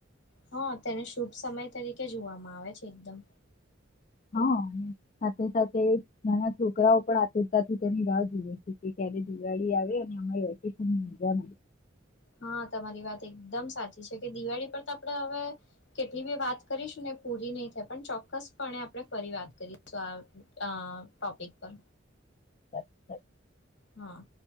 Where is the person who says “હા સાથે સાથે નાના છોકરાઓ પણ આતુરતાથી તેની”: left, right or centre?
Left